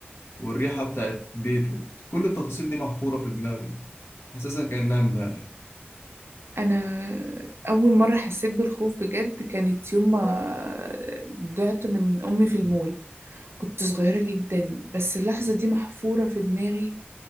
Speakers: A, on the left; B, on the right.
A: والريحة بتاعت بيته كل التفاصيل دي محفورة في دماغي حاسسها كأنها إمبارح
B: انا اول مره حسيت بالخوف بجد كانت يوم ما ضعت من امي في المول كنت صغيره جدا بس اللحظه دي محفوره في دماغي